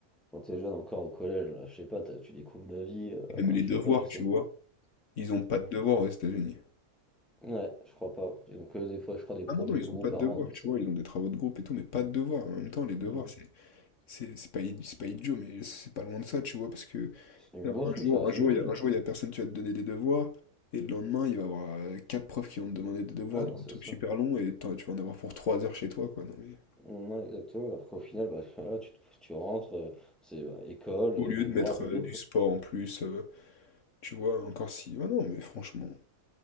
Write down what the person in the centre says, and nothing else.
Quand t'es jeune encore au collège, euh, je sais pas, t'as- tu découvres la vie, euh,
je
sais pas, les scènes.
Ouais, je crois pas. Ils ont que des fois, je crois, des projets
de groupe
à
rendre, mais
c'est.
Mm.
C'est bon,
si,
ça reste
inutile.
Ouais, non,
c'est
ça.
Non, exactement. Après, au final, bah, voilà, tu, tu rentres, euh, c'est bah, école, euh,
devoir,
dodo,
quoi.